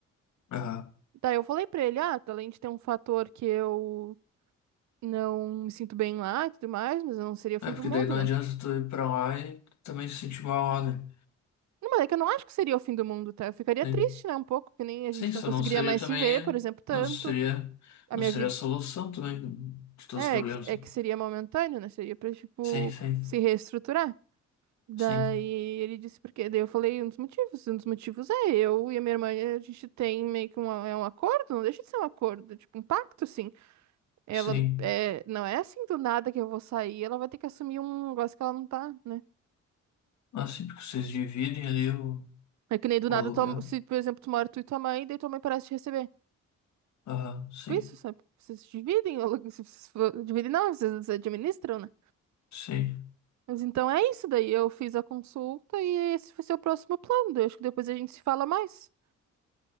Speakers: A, on the left; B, on the right.
A: Aham.
B: Daí eu falei pra ele, ah, tá, além de ter um fator que eu não me sinto bem lá e tudo mais, mas não seria o fim
A: É, porque
B: do mundo,
A: daí não
B: né?
A: adianta tu ir pra lá e também se sentir mal, lá, né?
B: Não, Mas é que eu não acho que seria o fim do mundo, tá? Eu ficaria
A: Sim.
B: triste, né? Um pouco, que nem a
A: Sim,
B: gente
A: isso
B: não conseguiria
A: não seria
B: mais
A: também.
B: se ver, por exemplo, tanto.
A: Não seria.
B: A
A: Não
B: minha
A: seria
B: vida.
A: a solução também de todos
B: É,
A: os problemas.
B: é que, é
A: né?
B: que seria momentâneo, né? Seria pra, tipo,
A: Sim, sim.
B: se reestruturar. Daí
A: Sim.
B: ele disse por quê? Daí eu falei um dos motivos. Um dos motivos é eu e a minha irmã, a gente tem meio que uma, é um acordo, não deixa de ser um acordo, é tipo um pacto, assim. Ela
A: Sim.
B: é, não é assim do nada que eu vou sair, ela vai ter que assumir um negócio que ela não tá, né?
A: Ah, sim, porque vocês dividem ali o,
B: É que nem do
A: o
B: nada,
A: aluguel.
B: tua- se, por exemplo, tu mora tu e tua mãe, daí tua mãe parece te receber.
A: Aham, sim.
B: Tipo isso, sabe? Vocês dividem, ou vocês for- dividem não, vocês vocês administram, né?
A: Sim.
B: Mas então é isso daí. Eu fiz a consulta e esse vai ser o próximo plano. Daí Eu acho que depois a gente se fala mais,